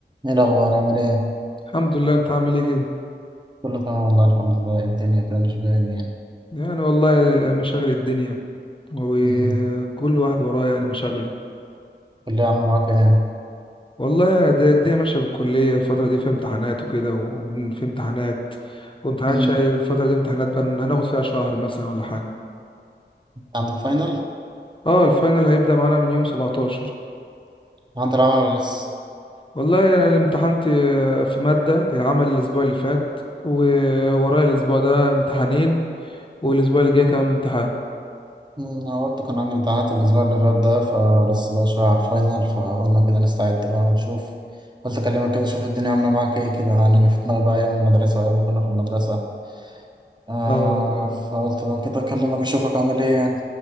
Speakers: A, on the right; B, on the left.
A: ايه الأخبار عامل ايه؟
B: الحمد لله انت عامل ايه كده
A: كله تمام والله الحمد لله إيه الدنيا كده مش باين يعني
B: يعني والله ال- مشاغل الدنيا وكل
A: امم
B: واحد وراه يعني مشاغله
A: كلية عاملة معاك ايه؟
B: والله يعني ده- الدنيا ماشيه في الكليه الفتره دي في امتحانات وكده وفي امتحانات وامتحانات
A: امم
B: شقي الفتره دي امتحانات بقى هناخد فيها شهر مثلا ولا حاجه
A: عندك فاينل؟
B: اه الفاينل هيبدا معانا من يوم 17
A: عندي العمل ولا لسه؟
B: والله انا يعني امتحنت آه، في ماده العمل الاسبوع اللي فات وورايا الاسبوع ده امتحانين والاسبوع اللي جاي كمان امتحان
A: امم أنا برضه كان عندي امتحانات الأسبوع اللي فات ده فلسه بقى شوية على الفاينل فقلنا كده نستعد بقى ونشوف قلت أكلمك كده أشوف الدنيا عاملة معاك ايه كده أنا جه في دماغي بقى أيام المدرسة وأيام ما كنا في المدرسة آه
B: اه والله
A: فقلت بقى كده أكلمك أشوفك عامل ايه يعني.